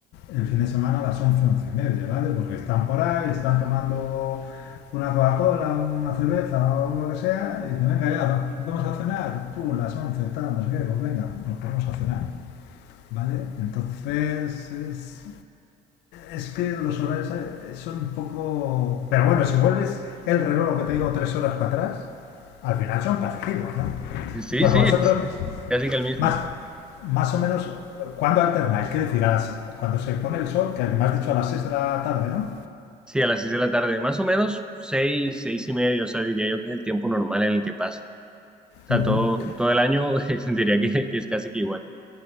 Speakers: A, on the left; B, in the centre.
A: el fin de semana a las 11 11 y media, ¿vale? Porque están por ahí, están tomando una Coca-Cola, una cerveza o lo que sea, y dicen, venga, ya, vamos a cenar, pum, las 11 tal, no sé qué, pues venga, nos ponemos a cenar, ¿vale? Entonces, es, es que los horarios eh, son un poco... Pero bueno, si vuelves el reloj, lo que te digo, tres horas para atrás, al final son parecidos, ¿no?
B: Sí,
A: Porque
B: sí,
A: vosotros
B: es casi que el mismo.
A: más, más o menos, ¿cuándo alternáis? ¿Qué decir? A las- cuando se pone el sol, que me has dicho a las seis de la tarde, ¿no?
B: Sí, a las seis de la tarde, más o menos seis, seis y media, o sea, diría yo que es el tiempo normal en el que pasa. O sea,
A: Ujú,
B: todo, todo el año <laughs> eh, diría que, que es casi que igual.